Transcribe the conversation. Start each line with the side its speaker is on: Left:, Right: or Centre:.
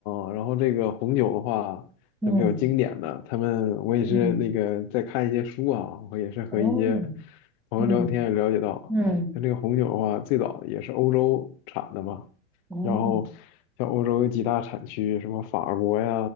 Left: 哦，然后这个红酒的话，
Centre: 嗯。
Left: 像比较经典的，他们我也是那个在看一些书啊，
Centre: 嗯，
Left: 我也是和一些
Centre: 哦，
Left: 朋友聊天也了解到，
Centre: 嗯嗯，
Left: 像这个红酒的话，最早也是欧洲产的嘛，
Centre: 哦，
Left: 然后像欧洲有几大产区，什么法国呀、